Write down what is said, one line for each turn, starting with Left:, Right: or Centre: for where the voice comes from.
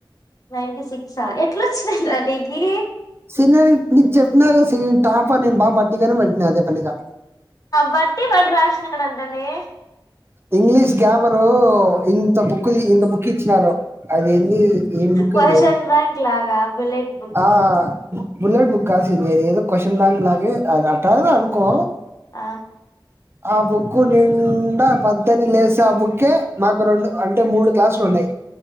Left: నైన్టీ సిక్సా, ఎట్లా వచ్చినయ్ రా నీకి
Right: శీను నీకు చెప్పిన కదా శీను టాపర్ నేను బాగా బట్టిగనం పట్టిన అదే పనిగా
Left: బట్టి పట్టి రాసినాడంటనే
Right: ఇంగ్లీష్ గ్యమరు ఇంత బుక్ తీసి, ఇంత బుక్ ఇచ్చినారు అది ఏంది ఏం బుక్
Left: క్వశ్చన్
Right: అది
Left: బ్యాంక్ లాగా బుల్లెట్ బుక్
Right: ఆ ఉ బుల్లెట్ బుక్ కాదు సీను ఇది ఏదో క్వాషన్ బ్యాంక్ లాగే అని అంటారు అనుకో
Left: ఆ
Right: ఆ బుక్కు నిండా వద్దని లేస్ ఆ బుక్కే మాకు రెండు అంటే మూడు క్లాసులున్నాయి